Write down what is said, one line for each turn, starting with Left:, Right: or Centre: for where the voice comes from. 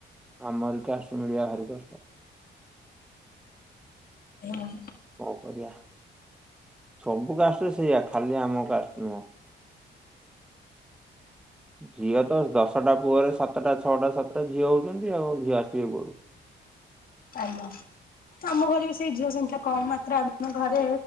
Centre: ଆମର କାଷ୍ଟ ର ମିଳିବା ଭାରି କଷ୍ଟ।
Left: <unintelligible>
Centre: କଁ କରିବା ସବୁ କାଷ୍ଟରେ ସେଇଆ ଖାଲି ଆମ କାଷ୍ଟ ନୁହଁ। ଝିଅ ତ ଦଶଟା ପୁଅରେ ସାତଟା ଛଅଟା ସାତଟା ଝିଅ ହଉଛନ୍ତି ଆଉ ଝିଅ ଆସିବେ କୁଆଡୁ।
Left: ଆଜ୍ଞା ଆମ ଘରେ ବି ସେଇ ଝିଅ ସଂଖ୍ୟା କମ୍ ମାତ୍ର ଅମ ଘରେ।